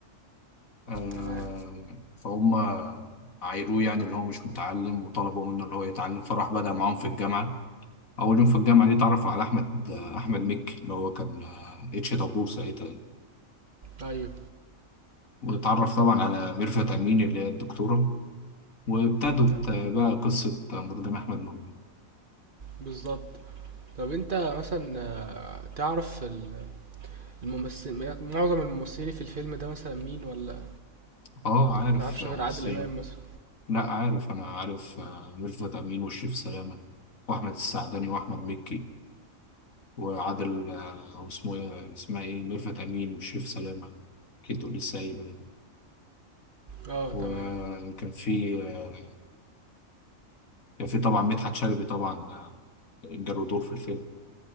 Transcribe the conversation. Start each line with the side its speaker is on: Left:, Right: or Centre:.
Left: آه،
Right: تمام
Left: فهم عايروه يعني اللي هو مش متعلم وطلبوا منه اللي هو يتعلم فراح بدأ معاهم في الجامعة اول يوم في الجامعه دي اتعرف على احمد احمد مكي اللي هو كان آه، اتش دبور ساعتها
Right: ايوه
Left: واتعرف طبعا على ميرفت امين اللي هي الدكتوره وابتدت
Right: ت-
Left: بقى قصه مرجان احمد مرجان
Right: بالظبط طب انت مثلا آه، تعرف ال- الممثل معظم الممثلين في الفيلم ده مثلا مين ولا
Left: اه عارف
Right: متعرفش
Left: آه،
Right: غير
Left: ممثلين
Right: عادل امام مثلا
Left: لا عارف انا عارف آه، ميرفت امين وشريف سلامه واحمد السعدني واحمد مكي وعادل آه، واسمه ايه اسمها ايه ميرفت امين وشريف سلامه اكيد تقول لي سايب
Right: اه
Left: وكان
Right: تمام
Left: في آه، كان في طبعا مدحت شلبي طبعا آه، جاله دور في الفيلم